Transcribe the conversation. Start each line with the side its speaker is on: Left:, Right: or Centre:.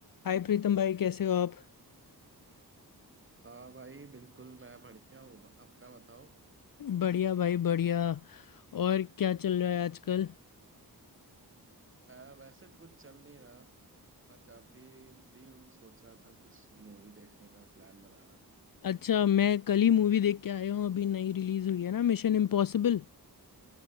Left: हाय प्रीतम भाई कैसे हो आप
Right: हाँ भाई बिल्कुल मैं बढ़िया हूँ अपना बताओ
Left: बढ़िया भाई बढ़िया और क्या चल रहा है आजकल
Right: आ, वैसे तो कुछ चल नहीं रहा बट अभी फ्री हूँ सोच रहा था कुछ मूवी देखने का प्लान बना रहा था
Left: अच्छा मैं कल ही मूवी देख के आया हूँ अभी नई रिलीज हुई है ना Mission Impossible